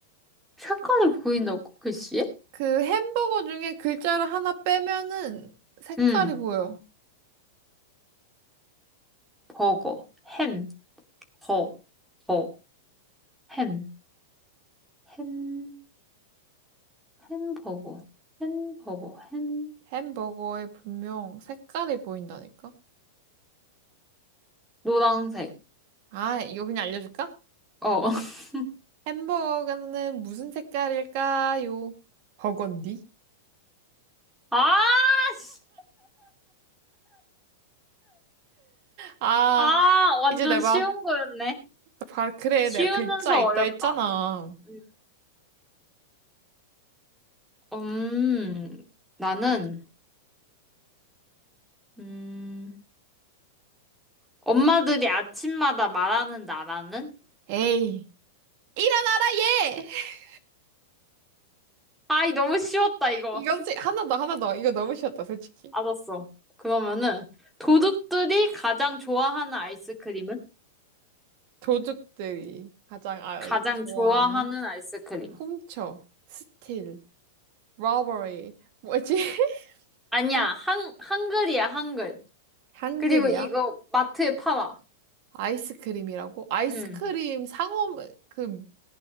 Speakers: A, in the centre; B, on the right.
A: 색깔이 보인다고, 글씨?
B: 그 햄버거 중에 글자를 하나 빼면은 색깔이
A: 응.
B: 보여.
A: 버거, 햄, 거, 버, 햄, 햄, 햄버거, 햄버거, 햄.
B: 햄버거에 분명 색깔이 보인다니까?
A: 노란색.
B: 아, 이거 그냥 알려줄까?
A: 어. <laughs>
B: 햄버거는 무슨 색깔일까요? 버건디?
A: 아, 씨.
B: 아,
A: 아, 완전
B: 이제 내봐.
A: 쉬운 거였네.
B: 나 봐, 그래,
A: 쉬우면서
B: 내가 글자 있다
A: 어렵다.
B: 했잖아.
A: 음, 음, 나는, 음, 엄마들이 아침마다 말하는 나라는?
B: 에이, 일어나라, 얘! <laughs>
A: 아이, 너무 쉬웠다, 이거.
B: 이거지, 하나 더, 하나 더. 이거 너무 쉬웠다, 솔직히.
A: 알았어. 그러면은, 도둑들이 가장 좋아하는 아이스크림은?
B: 도둑들이 가장 아,
A: 가장
B: 좋아하는
A: 좋아하는 아이스크림.
B: 훔쳐, 스틸, 러버리, 뭐지? <laughs>
A: 아니야, 한, 한글이야, 한글.
B: 한글이야?
A: 그리고 이거 마트에 팔아.
B: 아이스크림이라고? 아이스크림
A: 응.
B: 상호, 그,